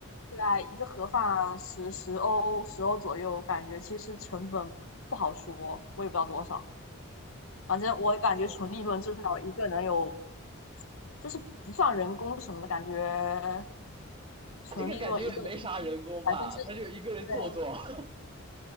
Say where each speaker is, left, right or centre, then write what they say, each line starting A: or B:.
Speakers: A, on the left; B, on the right.
A: 对啊，一个盒饭十十欧十欧左右，感觉其实成本不好说，我也不知道多少，反正我感觉纯利润至少一个能有，
B: 哇，
A: 就是不算人工什么的，感觉纯利润一个
B: 他这个感觉也没啥人工吧，
A: 百分之，
B: 他就一个人做做，
A: 对。
B: <laughs>